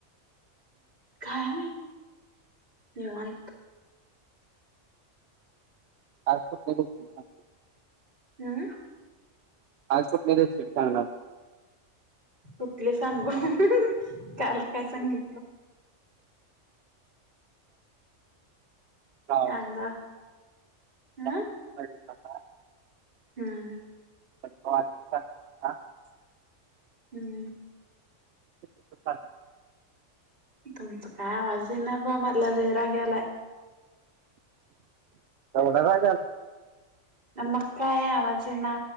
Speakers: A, on the right; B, on the right.
A: काय नाही निवांत.
B: आज <unintelligible>
A: हम्म.
B: आज कुठली रेसिपी सांगणार?
A: कुठली सांगू? काल काय सांगितलं?
B: का
A: कांदा ह
B: <inaudible> <unintelligible>
A: हम्म.
B: <inaudible>
A: हम्म.
B: <inaudible> ठी
A: तुमच काय आवाज येईना बा मला लय राग यायला.
B: <inaudible> एवढा राग याला
A: मग काय आवाज येईना